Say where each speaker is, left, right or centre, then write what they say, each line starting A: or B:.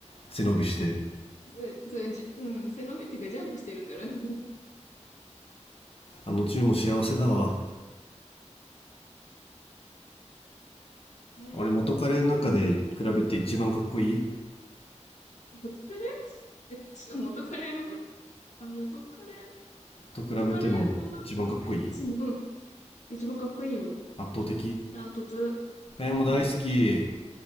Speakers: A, on the left; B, on the left.
A: 背伸びして。
B: そうそう、じうん、背伸びっていうかジャンプしてるからね。
A: あのチューも幸せだわ。
B: ね、
A: 俺、元彼の中で比べて一番かっこいい
B: でも、元カレえ、ち元カレの中、あ、元カレ、
A: と比べても一番かっこいい
B: 元カレの中で、うん、一番かっこいいよ。
A: 圧倒的
B: ダントツ。
A: えーもう大好き。
B: うん。